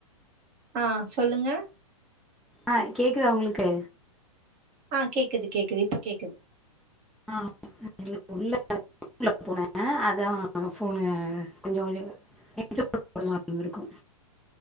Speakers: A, on the right (about 35°); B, in the centre.
A: ஆ சொல்லுங்க
B: ஆ கேக்குதா உங்களுக்கு
A: ஆ கேக்குது கேக்குது இப்ப கேக்குது
B: ஆ <inaudible> உள்ள உள்ள போனே அதா ஃபோனு கொஞ்ச கொஞ்சோ <inaudible> இருந்திருக்கு